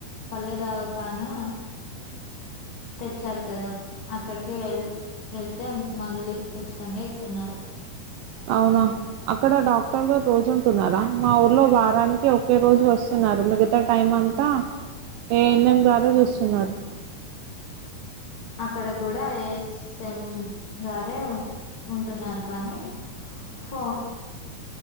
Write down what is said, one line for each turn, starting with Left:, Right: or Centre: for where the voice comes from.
Left: పల్లెదావకాను ఇచ్చారు కదా అక్కడికి వెళ్ వెళ్తే మందులు ఉచితంగా ఇస్తున్నారు.
Right: అవునా అక్కడ డాక్టర్ గారు రోజు ఉంటున్నారా మా ఊర్లో వారానికి ఒకే రోజు వస్తున్నారు మిగతా టైం అంతా ఏ ఎన్ ఎం గారే చూస్తున్నారు.
Left: అక్కడ కూడా ఏఎస్ఎం గారే ఉ ఉంటున్నారు కానీ ఫో